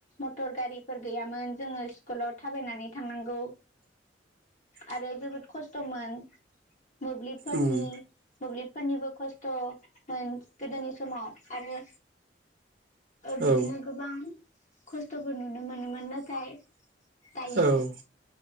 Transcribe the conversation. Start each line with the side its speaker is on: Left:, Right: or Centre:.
Left: मटर गारिफोर गैयामोन जोङो स्कुलाव थाबायनानै थांनांगो नंगौ
Right: <inaudible>
Left: आरो जोबोद खस्थ'मोन मोब्लिबफोरनि
Right: उम
Left: मोब्लिब फोरनिबो खस्थ'मोन गोदोनि समाव आरो ओ बिदिनो
Right: औ
Left: गोबां खस्थ'फोर नुनो मोनोमोन नाथाय दायो
Right: औ